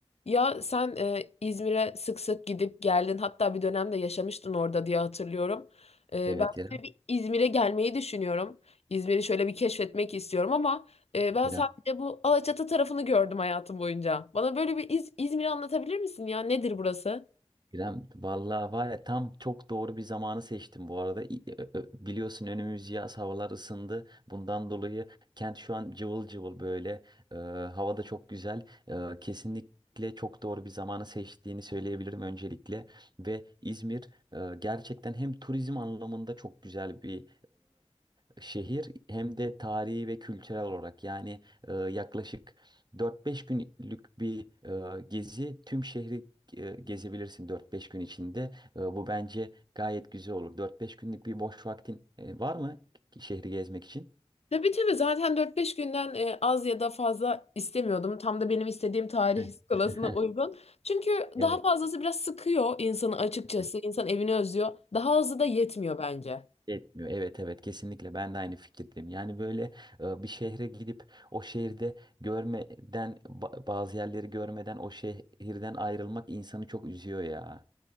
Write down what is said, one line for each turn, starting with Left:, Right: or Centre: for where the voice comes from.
Left: Ya sen e, İzmir'e sık sık gidip geldin. Hatta bir dönemde yaşamıştın orada diye hatırlıyorum. E,
Right: Evet
Left: ben
Right: İrem,
Left: şöyle bir İzmir'e gelmeyi düşünüyorum. İzmir'i şöyle bir keşfetmek istiyorum ama e, ben
Right: İrem,
Left: sadece bu Alaçatı tarafını gördüm hayatım boyunca. Bana böyle bir İz İzmir'i anlatabilir misin ya? Nedir burası?
Right: İrem. Vallahi var ya tam çok doğru bir zamanı seçtim bu arada. İ- ö- ö- Biliyorsun önümüz yaz, havalar ısındı. Bundan dolayı kent şu an cıvıl cıvıl böyle. Ee, hava da çok güzel. Ee, kesinlikle çok doğru bir zamanı seçtiğini söyleyebilirim öncelikle. Ve İzmir e, gerçekten hem turizm anlamında çok güzel bir e, şehir hem de tarihi ve kültürel olarak yani e, yaklaşık dört beş günlük bir e, gezi tüm şehri e, gezebilirsin dört beş gün içinde. E, Bu bence gayet güzel olur. Dört beş günlük bir boş vaktin e, var mı ki- şehri gezmek için?
Left: Tabii tabii zaten dört beş günden e, az ya da fazla istemiyordum. Tam da benim istediğim tarih
Right: Heh.
Left: <laughs> skalasına
Right: <laughs>
Left: uygun. Çünkü
Right: Evet.
Left: daha fazlası biraz sıkıyor insanı açıkçası.
Right: evet.
Left: İnsan evini özlüyor. Daha azı da yetmiyor bence.
Right: Yetmiyor. Evet evet kesinlikle ben de aynı fikirdeyim. Yani böyle e, bir şehre gidip o şehirde görmeden ba- bazı yerleri görmeden o şehirden ayrılmak insanı çok üzüyor ya.